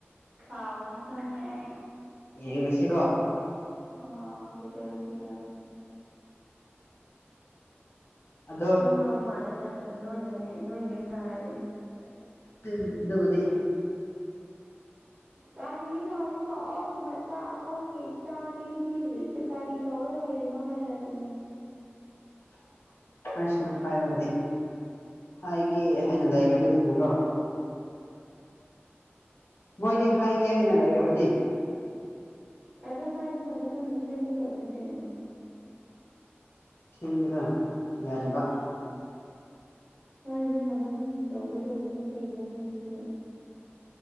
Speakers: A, on the right (about 40°); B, on the left (about 70°).
A: ꯁꯥꯎꯔꯅꯤ ꯈꯪꯉꯦ ꯑꯩ
B: ꯌꯦꯡꯂꯁꯤꯀꯣ
A: ꯍꯣꯏ ꯄꯤꯖꯥꯔꯣ ꯄꯤꯖꯔꯣ
B: ꯑꯗꯣ
A: ꯐꯨꯗꯧ ꯃꯥꯜꯂꯦ ꯅꯣꯏꯅꯦ ꯅꯣꯏꯅꯦꯅꯦ ꯅꯣꯏꯅꯦ ꯂꯥꯛꯑꯗꯤ
B: ꯇꯤꯜ ꯗꯨꯕꯨꯗꯤ
A: ꯀꯥꯔꯤꯒꯤꯅꯣ ꯍꯧꯖꯤꯛ ꯑꯣ ꯑꯩꯒꯤ ꯃꯆꯥꯥ ꯑꯩꯒꯤ ꯆꯥꯛ ꯄꯤꯕꯤꯗ꯭ꯔꯤꯁꯦ ꯀꯔꯤ ꯇꯧꯔꯒ ꯂꯩꯔꯤꯅꯣ ꯍꯥꯏꯕ ꯇꯃꯣ
B: <inaudible> ꯄꯨꯂꯤꯁꯅ ꯐꯥꯔꯕꯗꯤ ꯍꯥꯏꯒꯦ ꯍꯥꯏꯅ ꯂꯩꯔꯕꯅꯤꯅ ꯀꯣ ꯃꯣꯏꯗꯤ ꯍꯥꯏꯒꯦ ꯍꯥꯏꯅ ꯂꯩꯔꯕꯅꯦ
A: ꯑꯗꯣ ꯍꯥꯏꯗꯅꯕ ꯅꯪꯅ ꯁꯦꯝꯒꯗꯕꯅꯦ ꯀꯩꯅꯣ
B: ꯁꯤꯟꯕꯗꯣ ꯌꯥꯗꯕ
A: ꯍꯥꯏꯗꯅꯕ ꯅꯪ ꯇꯧꯒꯗꯕꯅꯦ ꯀꯩꯅꯣ ꯅꯪꯁꯤꯁꯨ